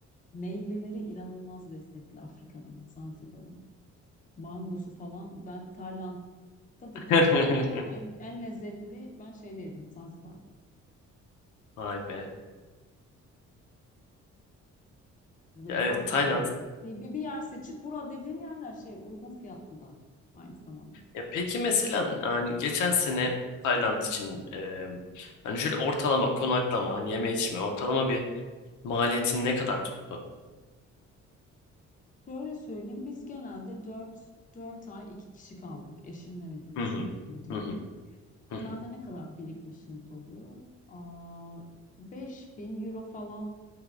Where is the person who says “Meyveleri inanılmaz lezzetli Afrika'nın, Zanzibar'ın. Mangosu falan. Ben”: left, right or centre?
Left